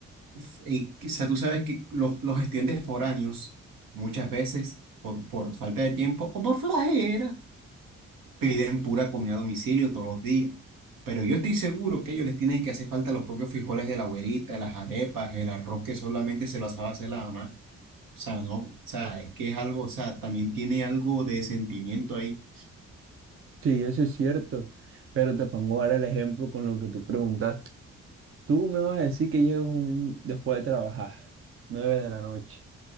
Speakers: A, on the right; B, on the right.
A: F- Y, o sea, tú sabes que los, los estudiantes foráneos, muchas veces, por, por falta de tiempo o por flojera, piden pura comida a domicilio todos los días. Pero yo estoy seguro que ellos les tienen que hacer falta los propios frijoles de la abuelita, las arepas, el arroz que solamente se lo sabe hacer la mamá. O sea, no, o sea, es que es algo, o sea, también tiene algo de sentimiento ahí.
B: Sí, eso es cierto. Pero te pongo ahora el ejemplo con lo que tú preguntaste. Tú me vas a decir que llegas un- después de trabajar, nueve de la noche,